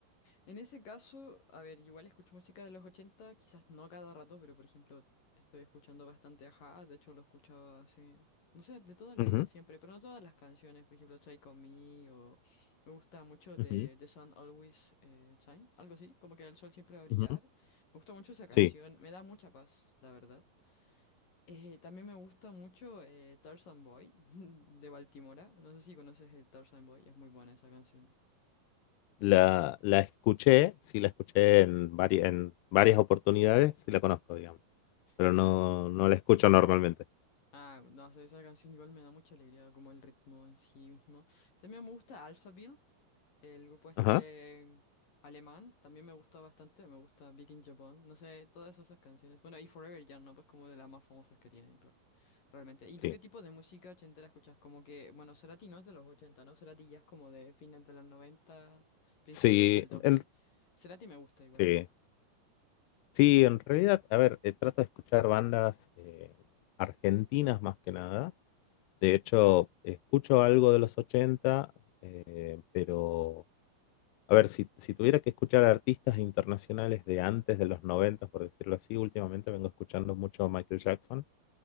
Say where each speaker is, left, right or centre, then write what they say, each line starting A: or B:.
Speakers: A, on the left (about 50°); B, on the left (about 80°).
A: En ese caso, a ver, igual escucho música de los 80, quizás no cada rato, pero por ejemplo, estoy escuchando bastante Ajá, de hecho lo escuchaba hace, no sé, de toda la
B: Ujú,
A: vida siempre, pero no todas las canciones, por ejemplo, Take On Me o me gusta mucho de
B: ujú,
A: The Sun Always eh, Shine, algo así, como que el sol siempre va a brillar.
B: ujú,
A: Me gusta mucho esa canción,
B: Sí.
A: me da mucha paz, la verdad. Eh, también me gusta mucho eh, Tarzan Boy <laughs> de Baltimora, no sé si conoces el Tarzan Boy, es muy buena esa canción.
B: La, la escuché, sí la escuché en, vari- en varias oportunidades, sí la conozco, digamos, pero
A: Claro,
B: no, no la escucho normalmente.
A: Ah, no sé, esa canción igual me da mucha alegría, como el ritmo en sí mismo. También me gusta Alphaville, el grupo este
B: Ajá,
A: alemán, también me gusta bastante, me gusta Big in Japan, no sé, todas esas canciones. Bueno, y Forever Young, ¿no? Pues como de las más famosas que tienen, re- realmente. ¿Y tú
B: sí.
A: qué tipo de música ochentera escuchas? Como que, bueno, Cerati no es de los ochenta ¿no? Cerati ya es como de fines de los noventa principios
B: Sí,
A: del 2000.
B: en,
A: Cerati me gusta igual.
B: sí,
A: ya.
B: sí, en realidad, a ver, eh, trato de escuchar bandas eh, argentinas más que nada. De hecho, escucho algo de los 80 eh, pero, a ver, si, si tuviera que escuchar artistas internacionales de antes de los 90, por decirlo así, últimamente vengo escuchando mucho Michael Jackson.